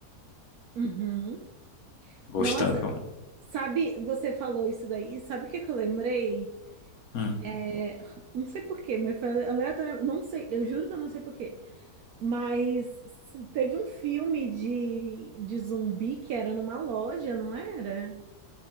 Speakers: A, on the right; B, on the left.
A: Uhum.
B: gostando.
A: Nossa,
B: Vão...
A: sabe, você falou isso daí, e sabe o que que eu lembrei?
B: Hum.
A: É, não sei por quê, mas foi aleatório, não sei, eu juro que eu não sei por quê. Mas s- teve um filme de, de zumbi que era numa loja, não era?